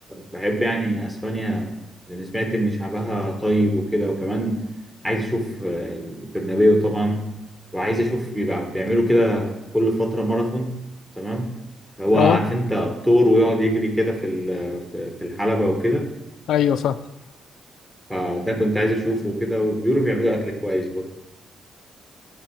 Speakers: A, in the centre; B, on the left (about 75°).
A: بحب يعني اسبانيا لان سمعت ان شعبها طيب وكده وكمان عايز اشوف البرنابيو طبعا وعايز اشوف بيبقى بيعملوا كده كل فتره ماراثون تمام هو
B: اه
A: عارف انت الطور ويقعد يجري كده في ال- في في الحلبه وكده
B: ايوه فاهم
A: فده كنت عايز اشوفه وكده وبيقولوا بيعملوا اكل كويس برضه